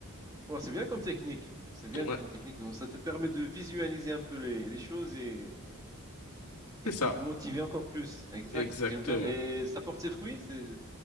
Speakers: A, on the right; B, on the left.
A: Bon, c'est bien comme technique. C'est bien
B: Ouais,
A: comme technique. Donc, ça te permet de visualiser un peu les, les choses et,
B: c'est
A: et
B: ça,
A: de te motiver encore plus. Exact,
B: exactement.
A: j'aime bien. Et ça porte ses fruits. c'est-